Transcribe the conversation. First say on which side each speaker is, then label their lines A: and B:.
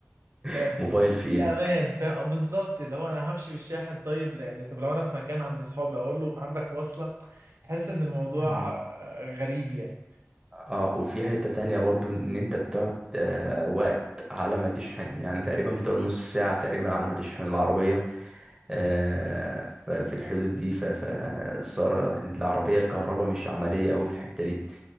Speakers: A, on the right; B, on the right.
A: <laughs>
B: يعني
A: موبايل
B: مش
A: في ايدك
B: امان فاهم آه، بالظبط اللي هو انا همشي بالشاحن طيب يعني طب لو انا في مكان عند اصحابي اقول له عندك وصله تحس ان الموضوع
A: مم.
B: آه، غريب يعني
A: اه وفي حتة تانية برضو ان انت بتقعد آه وقت على ما تشحن يعني تقريبا بتقعد نص ساعة تقريبا على ما تشحن العربية آه ففي الحدود دي ف- فالسارة العربية الكهرباء مش عملية اوي في الحتة دي